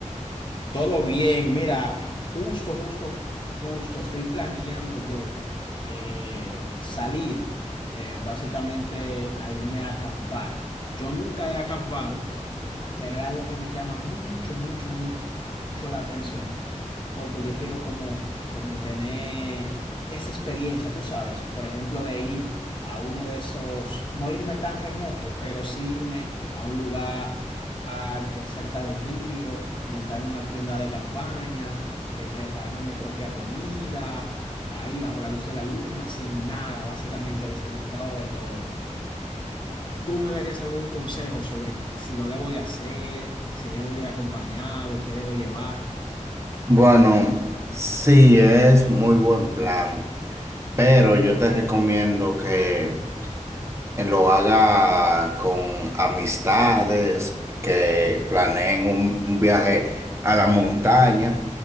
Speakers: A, on the left; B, on the right.
A: Todo bien, mira, justo, justo, justo, estoy planeando yo eh, salir eh, básicamente a irme a acampar. Yo nunca he acampado, pero es algo que me llama mucho, mucho, mu- mucho la atención, porque yo quiero como, como tener esa experiencia, tú sabes, por ejemplo, de ir a uno de esos, no irme tan remoto, pero sí irme a un lugar eh, cerca del río, montarme una tienda de campaña, eh, prepararme mi propia comida, ahí bajo la luz de la luna, sin nada, básicamente desconectado de todo. ¿Tú me darías algún consejo sobre si lo debo de hacer, si debo de ir acompañado, qué debo llevar?
B: Bueno, sí, es muy buen plan, pero yo te recomiendo que lo haga con amistades, que planeen un, un viaje a la montaña